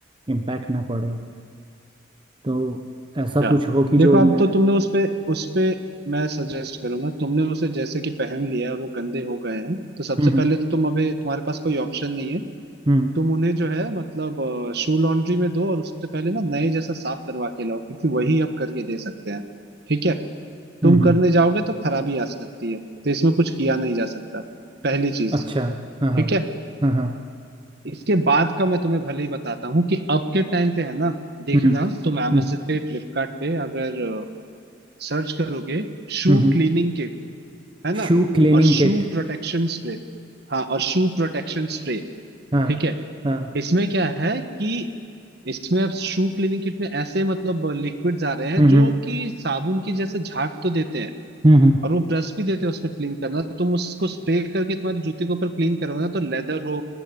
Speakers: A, on the right; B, on the right.
A: इम्पैक्ट ना पड़े तो ऐसा
B: क्या
A: कुछ हो कि
B: देखो
A: जो
B: अब
A: मैं
B: तो तुमने उस पे उस पे मैं सजेस्ट करूंगा तुमने उसे जैसे कि पहन लिया है और वो गंदे हो गए हैं तो सबसे
A: हम्म
B: पहले तो तुम अभी तुम्हारे पास कोई ऑप्शन नहीं है
A: हम्म
B: तुम उन्हें जो है मतलब शू लॉन्ड्री में दो और उससे पहले ना नए जैसा साफ करवा के लाओ क्योंकि वही अब करके दे सकते हैं ठीक है तुम
A: हम्म हम्म, हम्म,
B: करने जाओगे तो खराबी आ सकती है तो इसमें कुछ किया नहीं जा सकता पहली चीज
A: अच्छा हाँ हाँ
B: ठीक है
A: हाँ हाँ
B: इसके बाद का मैं तुम्हें भले ही बताता हूँ कि अब के टाइम पे है ना देखना
A: हम्म
B: तुम amazon
A: हम्म
B: पे फ्लिपकार्ट पे अगर सर्च करोगे शू
A: हम्म हम्म,
B: क्लीनिंग किट है ना
A: शू क्लीनिंग
B: और शू
A: किट
B: प्रोटेक्शन स्प्रे हाँ और शू प्रोटेक्शन स्प्रे
A: हाँ
B: ठीक है
A: हाँ
B: इसमें क्या है कि इसमें अब शू क्लीनिंग किट में ऐसे मतलब लिक्विड्स आ रहे हैं
A: हम्म हम्म
B: जो कि साबुन की जैसे झाग तो देते हैं
A: हम्म, हम्म,
B: और वो ब्रश भी देते हैं उसमें क्लीन करना तुम उसको स्प्रे करके तुम्हारे जूते के ऊपर क्लीन करवाना तो लेदर हो